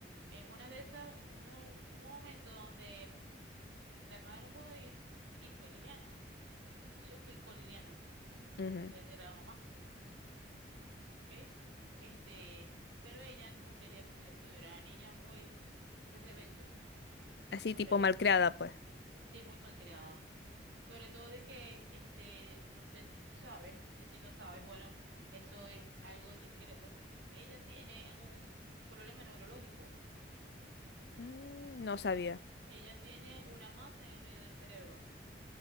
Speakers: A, on the right; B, on the left.
A: En una de esas, uno, hubo un momento donde mm, la hermana no pudo ir y fue Liliana. Yo fui con Liliana
B: ujú.
A: a atender a la mamá, ¿ok? Este, pero ella no quería recibir estudio, era una niña muy, muy rebelde, muy,
B: Así
A: muy
B: tipo
A: rebelde,
B: malcriada, pues.
A: sí, muy malcriada. Sobre todo de que, este, no sé si tú sabes, y si no sabes, bueno, eso es algo discreto. Ella tiene un problema neurológico.
B: Mm, no sabía.
A: Ella tiene una masa en el medio del cerebro.